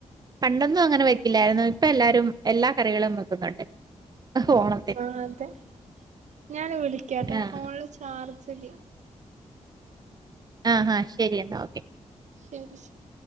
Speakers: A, on the right (about 35°); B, on the right (about 75°).
A: പണ്ടൊന്നും അങ്ങനെ വെക്കില്ലായിരുന്നു. ഇപ്പെല്ലാരും എല്ലാ കറികളും വെക്കുന്നുണ്ട്. ഓണത്തിന്
B: ആഹ് അതെ ഞാന് വിളിക്കാട്ടോ
A: ആഹ്
B: ഫോണില് ചാർജ്ജില്ല.
A: ആഹാ ശെരിയന്നാ ഓക്കെ.
B: ശെരി ശെരി.